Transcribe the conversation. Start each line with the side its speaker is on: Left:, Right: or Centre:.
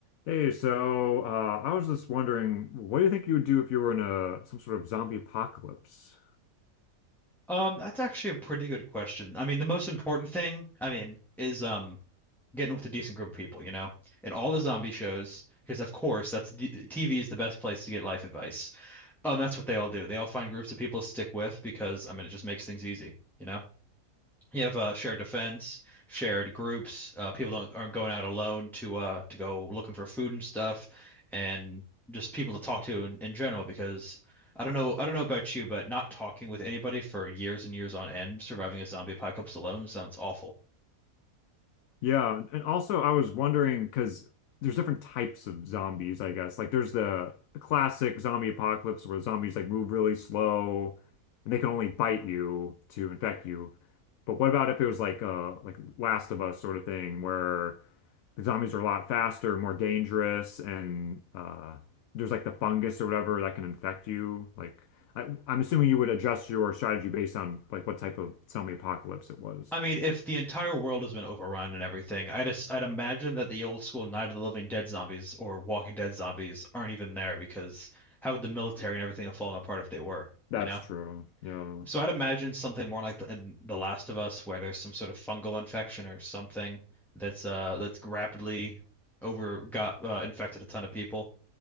Left: Hey, so uh, I was just wondering, what do you think you would do if you were in a some sort of zombie apocalypse?
Centre: Um, that's actually a pretty good question. I mean, the most important thing, I mean, is um getting with a decent group of people, you know, in all the zombie shows, because of course that's the TV is the best place to get life advice. Um, that's what they all do. They all find groups of people to stick with because I mean it just makes things easy, you know? You have uh, shared defense, shared groups. Uh, people don't aren't going out alone to uh to go looking for food and stuff, and just people to talk to in, in general. Because I don't know I don't know about you, but not talking with anybody for years and years on end, surviving a zombie apocalypse alone sounds awful.
Left: Yeah, and and also I was wondering because there's different types of zombies, I guess. Like there's the classic zombie apocalypse where zombies like move really slow and they can only bite you to infect you. But what about if it was like uh like Last of Us sort of thing where the zombies are a lot faster, more dangerous, and uh, there's like the fungus or whatever that can infect you. Like I, I'm assuming you would adjust your strategy based on like what type of zombie apocalypse it was.
Centre: I mean, if the entire world has been overrun and everything, I just I'd imagine that the old school Night of the Living Dead zombies or Walking Dead zombies aren't even there because how would the military and everything have fallen apart if they were,
Left: That's
Centre: you know?
Left: true. Yeah.
Centre: So I'd imagine something more like the, in The Last of Us, where there's some sort of fungal infection or something that's uh that's rapidly over got uh, infected a ton of people.